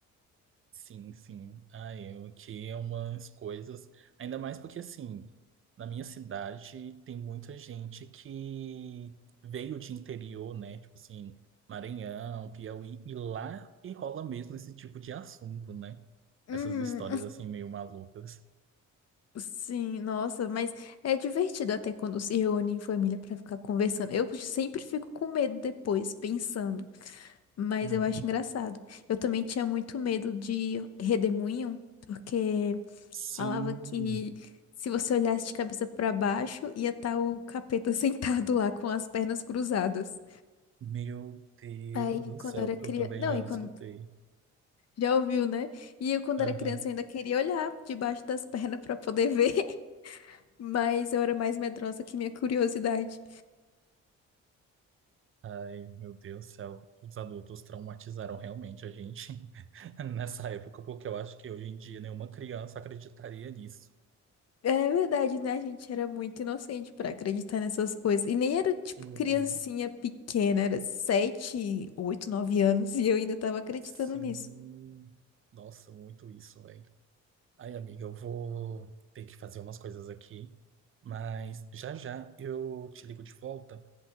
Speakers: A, on the right; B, on the left.
A: sim, sim. Ai, eu que é umas coisas. Ainda mais porque, assim, na minha cidade tem muita gente que veio de interior, né? Tipo assim, Maranhão, Piauí, e lá que rola mesmo esse tipo de assunto, né?
B: Uhum.
A: Essas histórias, assim, meio malucas.
B: Sim, nossa, mas é divertido até quando se reúne em família pra ficar conversando. Eu sempre fico com medo depois, pensando, mas
A: Uhum.
B: eu acho engraçado. Eu também tinha muito medo de redemoinho, porque
A: Sim,
B: falava que se você olhasse de cabeça pra baixo, ia estar o capeta <laughs> sentado lá com as pernas cruzadas.
A: meu Deus
B: Aí,
A: do
B: quando
A: céu,
B: eu era criança,
A: eu também
B: não,
A: já
B: e quando
A: escutei.
B: Já ouviu, né? E eu, quando
A: Aham.
B: era criança, ainda queria olhar debaixo das <laughs> pernas pra poder ver, <laughs> mas eu era mais medrosa que minha curiosidade.
A: Ai, meu Deus do céu, os adultos traumatizaram realmente a gente <laughs> nessa época, porque eu acho que hoje em dia nenhuma criança acreditaria nisso.
B: É verdade, né? A gente era muito inocente pra acreditar nessas coisas. E nem era, tipo,
A: Uhum.
B: criancinha pequena, era sete, oito, nove anos e eu ainda tava acreditando
A: Sim.
B: nisso.
A: Nossa, muito isso, velho. Ai, amiga, eu vou ter que fazer umas coisas aqui, mas já já eu te ligo de volta,